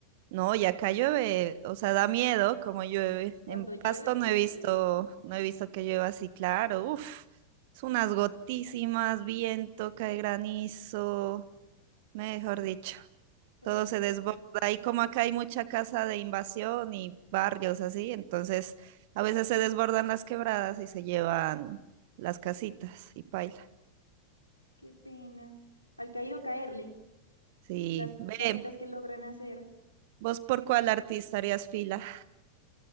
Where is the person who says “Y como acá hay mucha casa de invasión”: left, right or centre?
Right